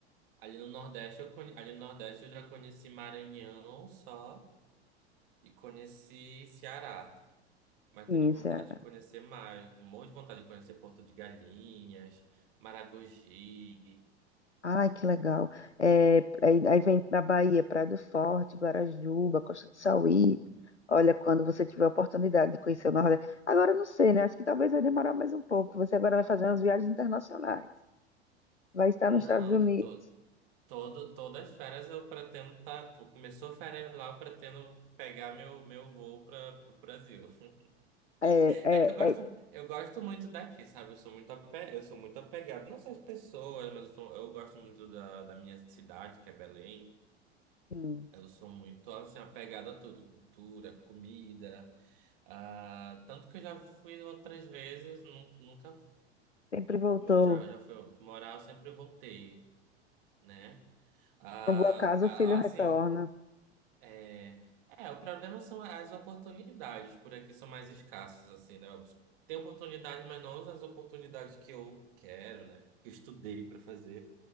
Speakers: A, on the right; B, on the left.
A: ali no Nordeste eu conhe... ali no Nordeste eu já conheci Maranhão só e conheci Ceará. Mas
B: Sim,
A: tenho vontade
B: Ceará.
A: de conhecer mais. Morro de vontade de conhecer Porto de Galinhas, Maragogi.
B: Ai, que legal. É, aí, aí vem para Bahia, Praia do Forte, Guarajuba, Costa do Sauí. Olha, quando você tiver a oportunidade de conhecer o Nordeste. Agora, eu não sei, né? Acho que talvez vai demorar mais um pouco. Você agora vai fazer umas viagens internacionais. Vai estar
A: Não,
B: nos Estados Unidos.
A: que todo, todo, todas as férias eu pretendo estar. tá. Começou férias lá, eu pretendo pegar meu, meu voo para o Brasil. <laughs>
B: É, é,
A: É que eu gosto,
B: é,
A: eu gosto muito daqui, sabe? Eu sou muito ape, eu sou muito apegado, não só às pessoas, mas eu, sou- eu gosto muito da, da minha cidade, que é Belém.
B: sim.
A: Eu sou muito assim apegado a tudo, cultura, comida. ah, tanto que eu já fui outras vezes, nun- nunca,
B: Sempre voltou.
A: já já fui morar, eu sempre voltei, né? Ah,
B: Uma boa casa, o filho
A: ah, assim,
B: retorna.
A: É, é, o problema são as oportunidades. Por aqui são mais escassas, assim, né? Tem oportunidade, mas não as oportunidades que eu quero, né? Que eu estudei para fazer.